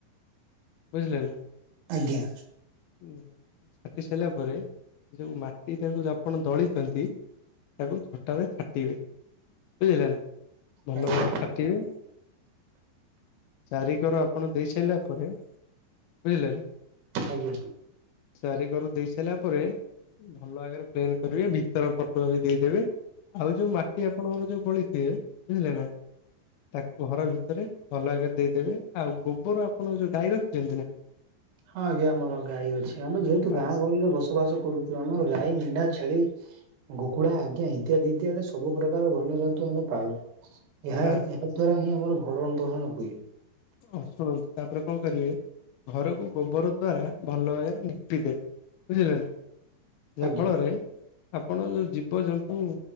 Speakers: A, on the left (about 75°); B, on the right (about 80°).
A: ବୁଝିଲେ ନା।
B: ଆଜ୍ଞା।
A: <unintelligible> ଛାଟି ସାଇଲା ପରେ ଯୋଉ ମାଟି ଟାକୁ ଯୋଉ ଆପଣ ଦଳିଚନ୍ତି। ତାକୁ ଝଟାରେ ଛାଟିବେ। ବୁଝିଲେ ନା ଭଲ
B: ଆଜ୍ଞା
A: ଭାବରେ ଛାଟିବେ। ଚାରିିକର ଆପଣ ଦେଇ ସାଇଲା ପରେ ବୁଝିଲେ ନା।
B: ଆଜ୍ଞା।
A: ଚାରି କର ଦେଇ ସାଇଲା ପରେ ଭଲ ବାଗରେ <unintelligible> କରିବେ ଭିତର ପଟୁଆ ବି ଦେଇଦେବେ। ଆଉ ଯୋଉ ମାଟି ଆପଣଙ୍କର ଯୋଉ ବଳିଥିବେ ବୁଝିଲେ ନା। ତାକୁ ଘର ଭିତରେ ଭଲ ବାଗରେ ଦେଇଦେବେ ଆଉ ଗୋବୋରୋ ଆପଣ ଯୋଉ ଗାଈ ରଖିଚନ୍ତି ନା।
B: ହଁ ଆଜ୍ଞା ଆମର ଗାଈ ଅଛି ଆମେ ଯେହେତୁ
A: ବାସ୍
B: ଗାଁ ଗହଳିରେ ବସବାସ କରୁଚୁ ଆମର ଗାଈ ମେଣ୍ଢା ଛେଳି ଗୁକୁଡା ଆଜ୍ଞା ଇତ୍ୟାଦି ଇତ୍ୟାଦି ସବୁ ପ୍ରକାର ବନ୍ୟଜନ୍ତୁ ଆମେ ପାଳୁ। ଏହା
A: ବାସ୍
B: ଏହା
A: ବାସ୍
B: ଦ୍ଵାରା ହିଁ ଆମର ଭରଣ ପୋଷୋଣ ହୁଏ।
A: <unintelligible> ଶୁଣନ୍ତୁ ତାପରେ କଁ କରିବେ ଘରକୁ ଗୋବୋରୋ ଦ୍ଵାରା ଭଲ ବାଗରେ ନିପି ଦେବେ। ବୁଝିଲେ ନା ଯାହା
B: ଆଜ୍ଞା
A: ଫଳରେ ଆପଣ ଯୋଉ ଜୀବଜନ୍ତୁ